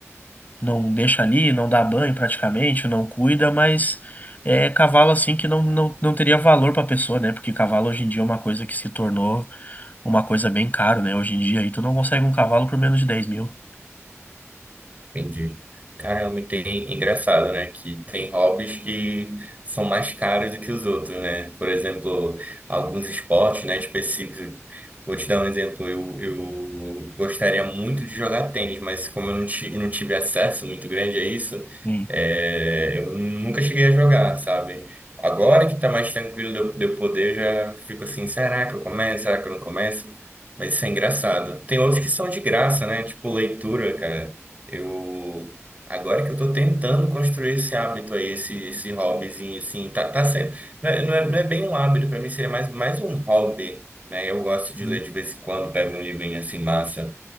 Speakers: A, on the left; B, on the right.
A: não deixa ali, não dá banho praticamente, não cuida, mas é cavalo assim que não, não, não teria valor pra pessoa, né? Porque cavalo hoje em dia é uma coisa que se tornou uma coisa bem cara, né? Hoje em dia aí tu não consegue um cavalo por menos de dez mil.
B: Entendi. Caramba, e tem engraçado, né? Que tem hobbies que são mais caros do que os outros, né? Por exemplo, alguns esportes, né, específicos. Vou te dar um exemplo. Eu, eu gostaria muito de jogar tênis, mas como eu não, ti, não tive acesso muito grande a isso,
A: Sim,
B: é, eu nunca cheguei a jogar, sabe? Agora que tá mais tranquilo de eu, de eu poder, eu já fico assim, será que eu começo? Será que eu não começo? Mas isso é engraçado. Tem outros que são de graça, né? Tipo leitura, cara. Eu agora que eu tô tentando construir esse hábito aí, esse esse hobbyzinho assim, tá, tá sendo, não é, não é, não é bem um hábito para mim, seria mais mais um hobby, né? Eu gosto de
A: sim.
B: ler de vez em quando, pego um livrinho assim massa